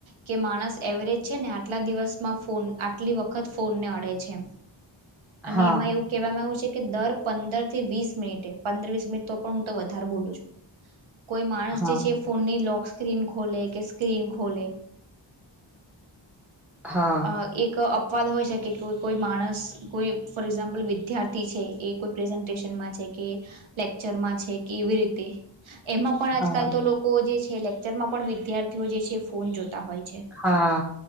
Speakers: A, on the right; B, in the centre.
A: કે માણસ એવરેજ છે ને આટલા દિવસમાં આટલી વખત ફોનને અડે છે અને
B: હા,
A: એમાં એવું કવામાં આવ છે કે દર પંદર થી વીસ મિનિટે પંદર વીસ મિનિટ તો પણ હું તો વધારે બોલું છું કોઈ માણસ
B: હા,
A: જે છે ફોનની લોક્ સ્ક્રીન ખોલે કે સ્ક્રીન ખોલે
B: હા,
A: અ એક અપવાદ હોય છેકે કોઈ માણસ કોઈ ફોર એક્ઝામ્પલ વિદ્યાર્થી છે એ કોઈ પ્રેઝન્ટેશનમાં છે કે લેક્ચરમાં છે કે કેવી રીતે એમાં પણ આજકાલ
B: હા,
A: તો લોકો જે છે લેક્ચરમાં પણ વિદ્યાર્થીઓ જે છે ફોન જોતા હોય છે
B: હા